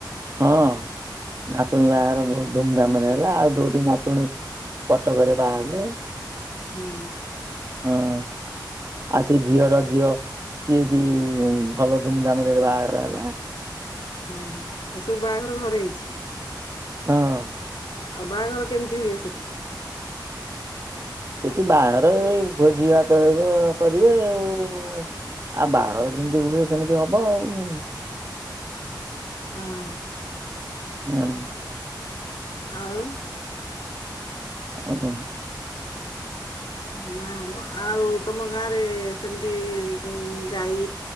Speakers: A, on the right; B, on the left.
A: ହଁ ନାତୁଣୀ ବାହଘର ବହୁତ ଧୁମ ଧାମରେ ହେଲା ଆଉ ଦୋଟି ନାତୁଣୀ କଟକରେ ବାହାହେଲେ।
B: ହୁଁ
A: ହଁ ଆଉ ସେ ଝିଅର ଝିଅ ସିଏ ବି ଭଲ ଧୁମଧାମରେ ବାହାଘର ହେଲା।
B: ହୁଁ ଏସବୁ ବାହାଘର ଘରେ ହେଇଛି।
A: ହଁ
B: ଆଉ ବାହାଘର କେମିତି ହୁଏ ସେଠି?
A: ସେଠି ବାହାଘର ଏଇ ଭୋଜି ଭାତ କରିବେ ଆଉ। ଆଉ ବାହାଘର ଯେମିତି ହୁଏ ସେମିତି ହବ ଆଉ।
B: ହଁ
A: ହୁଁ
B: ଆଉ
A: ଆଉ କଣ?
B: ନା ଆଉ କଣ ଆଉ ତମ ଗାଁ ରେ କେମିତି ଗାଈ